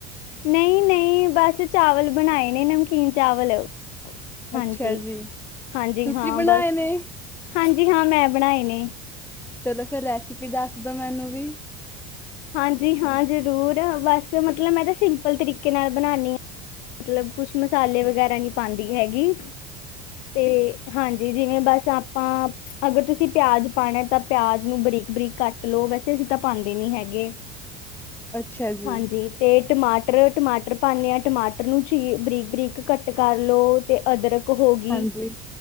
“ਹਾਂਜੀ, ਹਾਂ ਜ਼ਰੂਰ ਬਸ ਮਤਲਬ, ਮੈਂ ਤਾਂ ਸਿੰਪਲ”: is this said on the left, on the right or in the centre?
Left